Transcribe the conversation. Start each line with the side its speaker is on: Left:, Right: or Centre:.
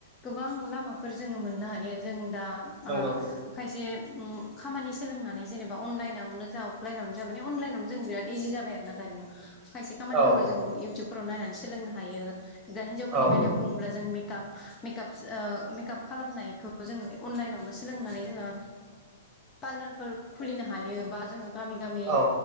Left: गोबां लामाफोर जोङो मोननो हायो जों दा
Right: नंगौ
Left: ओ खायसे ओं खामानि सोलोंनानै जेनेबा अनलाइनावनो जा अफलाइनावनो जा माने अनलाइनावनो जों बिराद इजि जाबाय आरो। ना दाननो। खायसे खामानिफोरखौ
Right: औ
Left: जोङो इउटुबफोराव नायनानै सोलोंनो हायो दा हिनजावफोरनि
Right: औ
Left: बेलायाव बुङोब्ला जों मेक काप मेकाप ओ मेकाप खालामनायखौ जोङो अनलाइनावनो सोलोंनानै जोङो पार्लारफोर खुलिनो हायोबा जोङो गामि गामि
Right: औ